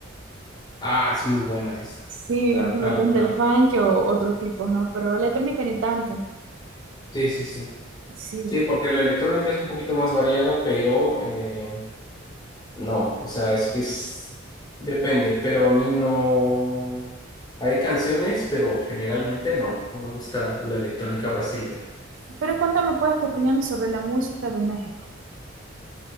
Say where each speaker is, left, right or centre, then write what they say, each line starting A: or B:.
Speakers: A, on the left (about 20°); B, on the right (about 70°).
A: Ah, es muy buena esa.
B: Sí,
A: Claro,
B: a mí
A: claro,
B: me encanta
A: claro.
B: el funk o otros tipos, ¿no? Pero electrónica ni tanto.
A: Sí, sí, sí.
B: Sí.
A: Sí, porque la electrónica es un poquito más variada, pero eh, No, o sea, es que es... depende, pero a mí no... Hay canciones, pero generalmente no, no me gusta la electrónica brasileña.
B: Pero cuéntame, ¿cuál es tu opinión sobre la música de México?